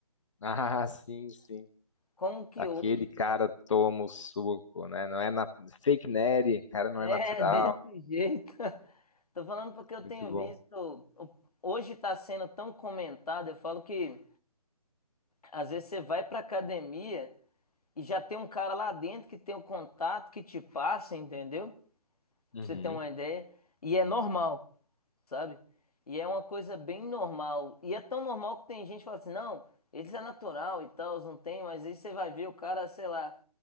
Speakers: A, on the left; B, on the left.
A: Ah, sim, sim.
B: Como que
A: Aquele
B: hoje
A: cara toma o suco, né? Não é na... fake nerd, cara não
B: é
A: é natural.
B: <laughs> desse jeito? <laughs> Tô falando porque eu
A: Muito
B: tenho
A: bom.
B: visto, o- hoje tá sendo tão comentado, eu falo que às vezes você vai pra academia e já tem um cara lá dentro que tem o contato que te passa, entendeu?
A: Uhum,
B: pra você ter uma ideia. E é normal, sabe? E é uma coisa bem normal. E é tão normal que tem gente que fala assim, não, eles é natural e tal, não tem, mas aí você vai ver o cara, sei lá,